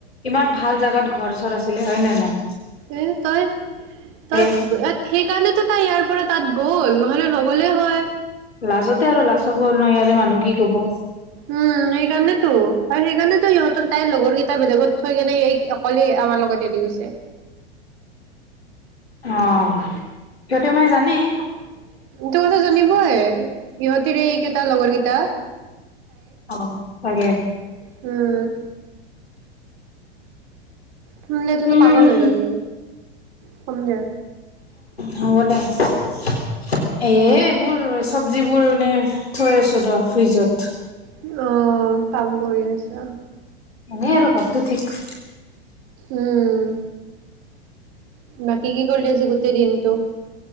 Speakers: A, on the left; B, on the right.
A: ইমান ভাল জাগাত গ ঘৰ চৰ আছিলিলে হয় নে নাই।
B: এ তই তই
A: এ
B: ভাবয়ে ঠিক সেইকাৰণেতো তাই ইয়াৰ পৰা তাত গ'ল নহলে নগলে হয়
A: লাজতে আৰু লাজ চাব নাই ইয়াৰে মানুহ কি কব।
B: উম সেইকাৰণেতো আৰু সেইকাৰণেতো ইহঁতৰ তাইৰ লগৰ কেইটা বেলেগত থৈ কেনে এই অকলেই আমাৰ লগত এৰি গৈছে
A: অ সিহঁতে মানে জানেই
B: তোৰ কথা জানিবয়ে ইহঁতিৰে এইকেইটা লগৰকেইটা
A: অ হয়
B: উম শুনিলে এইটোতো
A: উম
B: পাগল হৈ যাব। শুননা।
A: হ'ব দে। এ এইবোৰ চব্জিবোৰ মানে থৈ আছো ৰ ফ্ৰিজত
B: অ', কাম কৰি আছা,
A: এনেই আৰু ঘৰতো ঠিক।
B: উম। বাকী কি কৰিলি আজি গোটেই দিনটো।